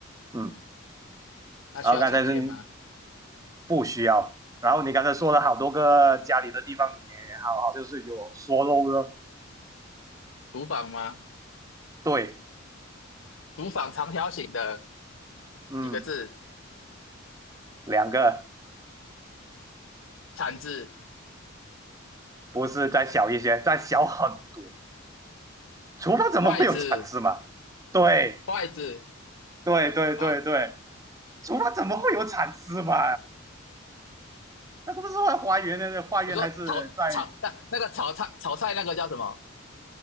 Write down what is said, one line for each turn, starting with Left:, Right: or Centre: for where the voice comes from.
Right: 嗯，
Left: 它需要充电吗？
Right: 然后刚才是你不需要。然后你刚才说了好多个家里的地方也好，好就是有说漏的，
Left: 厨房吗？
Right: 对，
Left: 厨房长条形的
Right: 嗯，
Left: 几个字？
Right: 两个
Left: 铲子、
Right: 不是再小一些，再小很多。厨房怎么会有铲子嘛？
Left: 筷子、
Right: 对，
Left: 筷子，
Right: 对，对，对，
Left: 好。
Right: 对，厨房怎么会有铲子嘛？那个不是在花园的，花园还是在
Left: 我说炒炒那那个炒菜炒菜那个叫什么？